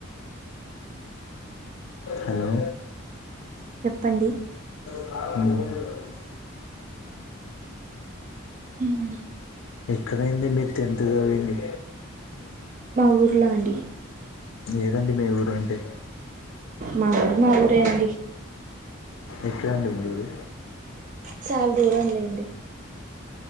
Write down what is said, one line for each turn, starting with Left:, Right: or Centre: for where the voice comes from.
Left: హలో
Right: చెప్పండి
Left: ఉమ్
Right: ఉమ్
Left: ఎక్కడైంది మీరు టెన్త్ చదివింది
Right: మా ఊర్లో అండి
Left: ఏదండి మీ ఊరు అంటే
Right: మా ఊరు మా ఊరే అండి
Left: ఎక్కడండి మీది
Right: చాల దూరం లేండి